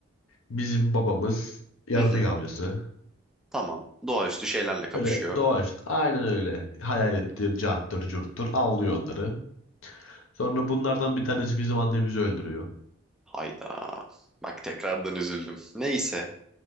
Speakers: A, on the left (about 75°); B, in the centre.
A: Bizim babamız yaratık
B: Hı hı.
A: avcısı.
B: Tamam. Doğaüstü şeylerle kapışıyor.
A: Öyle doğaüstü aynen öyle. Hayalettir, cahattır, curttur avlıyor onları. Sonra bunlardan bir tanesi bizim annemizi öldürüyor.
B: Hayda. Bak tekrardan üzüldüm. Neyse.